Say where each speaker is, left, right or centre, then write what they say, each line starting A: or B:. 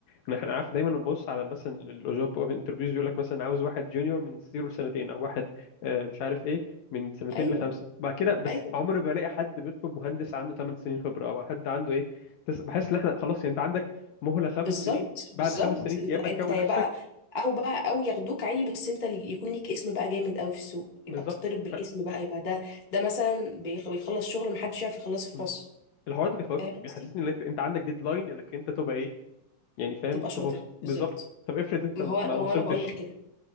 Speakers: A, on the left; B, on the left.
A: ان احنا عارف دايما نبص على مثلا الجوب اوف انترفيوز يقول لك مثلا عاوز واحد جونيور من زيرو لسنتين او واحد آه، مش عارف ايه من سنتين
B: ايوه
A: لخمسه بعد كده بس
B: ايوه
A: عمري ما الاقي حد بيطلب مهندس عنده 8 سنين خبره او حد عنده ايه تس- بحس ان احنا خلاص يعني انت عندك مهله خمس
B: بالظبط
A: سنين
B: بالظبط
A: بعد خمس سنين
B: انت
A: يا اما
B: انت
A: تكون
B: يا
A: نفسك
B: بقى او بقى او ياخدوك عادي بس انت اللي يكون ليك اسم بقى جامد قوي في السوق
A: بالظبط
B: يبقى بتطلب
A: ف
B: بالاسم بقى يبقى ده ده مثلا بيخ- بيخلص شغل محدش يعرف يخلصه في
A: م.
B: مصر
A: الحوار ده بيخوفني
B: فاهم
A: بيحسسني
B: قصدي
A: انك انت عندك ديدلاين انك انت تبقى ايه يعني فاهم
B: تبقى شاطر
A: طب وص-
B: بالظبط
A: بالظبط طب افرض انت
B: ما
A: ما
B: هو
A: ما
B: ما
A: وصلتش
B: هو انا بقول لك كده